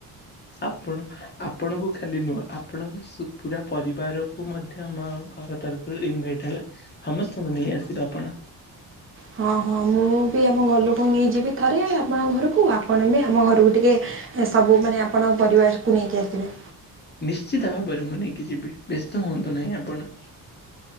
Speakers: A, on the left (about 25°); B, on the right (about 35°).
A: ଆପଣ ଆପଣଙ୍କୁ ଖାଲି ନୁହେଁ ଆପଣଙ୍କ ପୁରା ପରିବାରକୁ ମଧ୍ୟ ଆମ ଘର ତରଫରୁ ଇନଭାଇଟ ହେଲା ସମସ୍ତଙ୍କୁ ନେଇ ଆସିବେ ଆପଣ।
B: ହଁ ହଁ ମୁଁ ବି ଆମ ଘ ଲୋକ ନେଇଯିବି ଥରେ ଆପଣଙ୍କ ଘରକୁ ଆପଣ ବି ଆମ ଘରକୁ ଟିକେ ସବୁ ମାନେ ଆପଣଙ୍କ ପରିବାରକୁ ନେଇକି ଆସିବେ।
A: ନିଶ୍ଚିତ ଭାବରେ ମୁଁ ନେଇକି ଯିବି ବ୍ୟସ୍ତ ହୁଅନ୍ତୁ ନାହିଁ ଆପଣ।